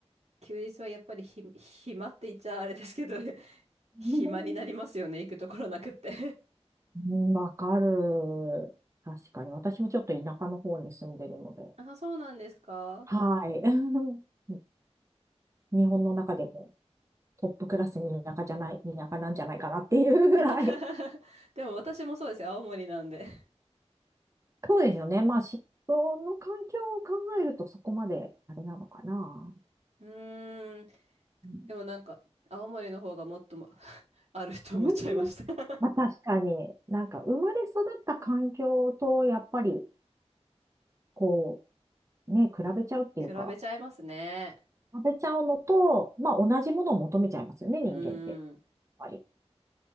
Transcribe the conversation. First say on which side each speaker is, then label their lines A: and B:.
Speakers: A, on the right (about 75°); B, on the right (about 25°).
A: 休日はやっぱりひ、暇って言っちゃあれですけど、<laughs>
B: <laughs>
A: 暇になりますよね、行くところなくって
B: うん、わかる。確かに。私もちょっと田舎の方に住んでるので。
A: <laughs> あ、そうなんですか
B: はい。<laughs> に日本の中でもトップクラスに田舎じゃない、田舎なんじゃないかなっていうぐらい。
A: <laughs> でも私もそうですよ。青森なんで。
B: <laughs> そうですよね。まあ、その環境を考えるとそこまであれなのかな。
A: うーん。
B: うん
A: でもなんか、青森の方がもっとも <laughs> あると思っちゃいました
B: なるほどまあ、確かに、なんか生まれ育った環境とやっぱり、こう、ね、比べちゃうっていうか、
A: <laughs> 比べちゃいますね。
B: 比べちゃうのと、まあ同じものを求めちゃいますよね、
A: うーん。
B: 人間って。やっぱり